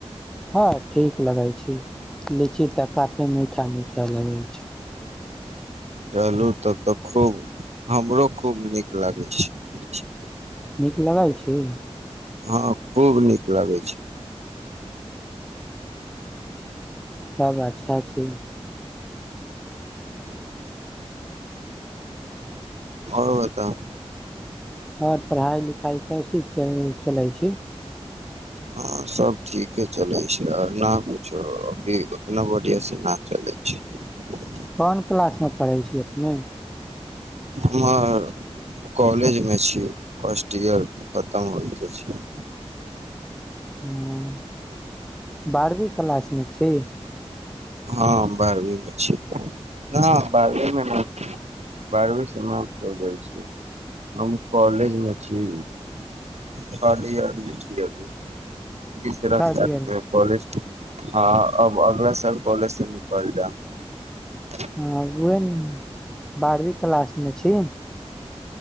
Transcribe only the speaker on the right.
चलू तब तऽ खूब हमरो खूब नीक लागै छै।
हँ, खूब नीक लागै छै।
और बता
हां सब ठीके चलै छै, आर ना कुछो अभी उतना बढ़िया से ना चलै छै।
हम और कॉलेजमे छियै फर्स्ट ईयर खतम होइके छै।
हां बारहवींमे छी, ना बारहवीमे नै छी, बारहवी समाप्त भ गेल छै, हम कॉलेजमे छी थर्ड इयरमे छी अभी। तीसरा
साल
छियै कॉलेज के। हां, अब अगला साल कालेज से निकल जायब।